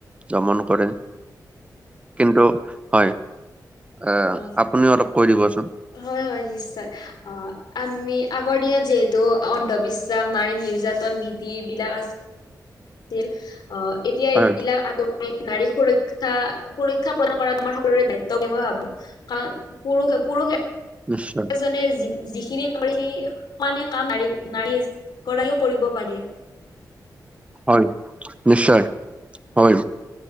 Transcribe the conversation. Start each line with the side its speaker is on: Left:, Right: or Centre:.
Right: দমন কৰে কিন্তু হয় এ
Left: অ
Right: আপুনিও অলপ কৈ দিব চোন
Left: হয় হয় নিশ্চয় অ আমি আগৰ দিনত যিহেতু অন্ধবিশ্ব বিশ্বাস নাৰী নিৰ্যাতন বিধি এইবিলাক আছিল অহ এতিয়া
Right: হয়,
Left: এইবিলাক নাৰী নাৰী সুৰক্ষা সুৰক্ষা প্ৰদান কৰা আমাৰ সকলোৰে দায়িত্ব বুলি মই ভাবো কাৰণ পুৰুষে পুৰুষে
Right: নিশ্চয়
Left: যিখিনি যিখিনি কৰি হোৱা নাই কাম নাৰী নাৰী এগৰাকীও কৰিব পাৰি
Right: হয় নিশ্চয় হয়